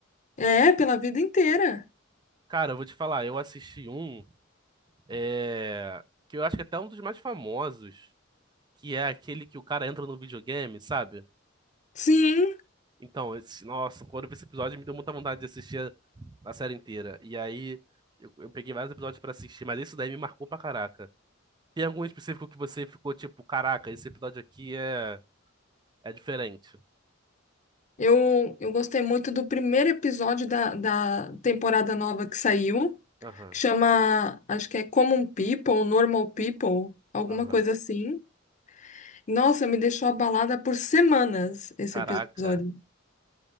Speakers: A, on the left (about 40°); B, on the right (about 20°).
A: É, pela vida inteira.
B: Cara, eu vou te falar, eu assisti um, é, que eu acho que é até um dos mais famosos, que é aquele que o cara entra no videogame, sabe?
A: Sim,
B: Então, esse- nossa, quando eu vi esse episódio, me deu muita vontade de assistir a, a série inteira. E aí, eu, eu peguei vários episódios pra assistir, mas esse daí me marcou pra caraca. Tem algum específico que você ficou tipo, caraca, esse episódio aqui é, é diferente?
A: eu, eu gostei muito do primeiro episódio da, da temporada nova que saiu,
B: Aham,
A: que chama, acho que é Common People, Normal People, alguma
B: aham.
A: coisa assim. Nossa, me deixou abalada por semanas esse
B: Caraca.
A: episódio.